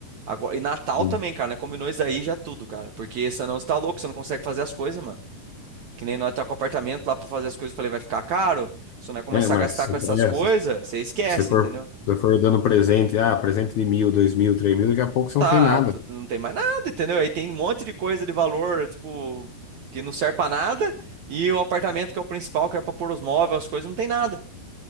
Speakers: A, on the right (about 70°); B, on the left (about 75°).
A: Agora, e Natal
B: Hum.
A: também, cara, né? Combinou isso aí já tudo, cara. Porque senão você tá louco, você não consegue fazer as coisas, mano. Que nem nós tá com o apartamento lá pra fazer as coisas, eu falei, vai ficar caro? Se nós começar
B: É, mas
A: a gastar
B: se
A: com essas
B: é,
A: coisas,
B: se
A: você esquece,
B: você for,
A: entendeu?
B: se você for dando presente, ah, presente de mil, dois mil, três mil, daqui a pouco você
A: Tá,
B: não fez nada.
A: t- t- não tem mais nada, entendeu? Aí tem um monte de coisa de valor, tipo, que não serve pra nada, e o apartamento que é o principal, que era pra pôr os móveis, as coisas, não tem nada.